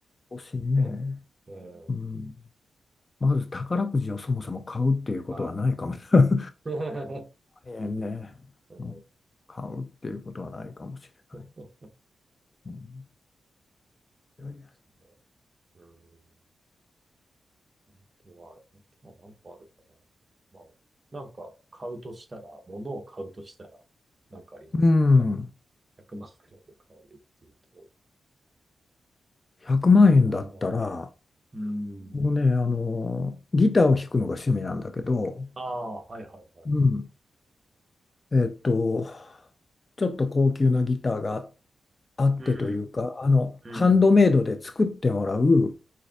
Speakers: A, on the left; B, on the right.
A: 欲しいね。
B: うん。うん。
A: うんまず宝くじをそもそも買うっていうことはないかもしれない。
B: はい。<laughs>
A: ええね。
B: うん。
A: うん買うっていうことはないかもしれない。
B: <laughs> そ
A: うん
B: うですね。
A: いやいや
B: うん。あとは、あとは何個あるかな。まあ、なんか買うとしたら、物を買うとしたら、なんかあります
A: うん、
B: ?100、万くまんくらいで買えるっていうと、
A: 100万円だったら、
B: なんだろう。うん。
A: 僕ね、あの、ギターを弾くのが趣味なんだけど、
B: ああ、はいはいはい。
A: うん、えっと、ちょっと高級なギターがあってというか、
B: うん、
A: あの、
B: うん、
A: ハンドメイドで作ってもらう、